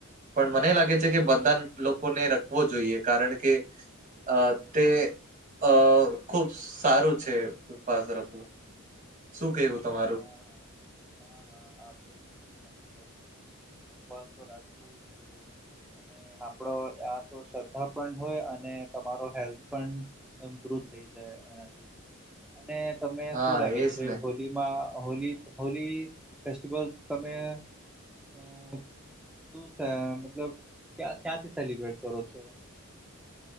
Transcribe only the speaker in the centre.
હા હા હા હા હા, આ તો તમે સાચી વાત કીધી, ઉપવાસ તો રાખવુ જોઈએ, અને ને આપડો આ તો શ્રદ્ધા પણ હોય, અને તમારો હેલ્થ પણ ઇમ્પ્રુવ થઈ જાય એનાથી. અને તમને
શું લાગે
છે,
હોલીમાં હોલી, હોલી ફેસ્ટિવલ તમે અ શું છે, મતલબ ક્યાં ક્યાંથી સેલિબ્રેટ કરો છો?